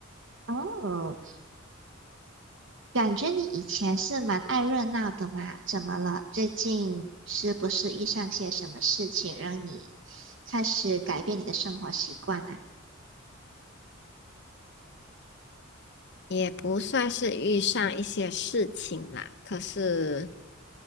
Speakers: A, on the right; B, on the left.
A: 哦。感觉你以前是蛮爱热闹的嘛，怎么了？最近是不是遇上些什么事情，让你开始改变你的生活习惯啊？
B: 也不算是遇上一些事情啦，可是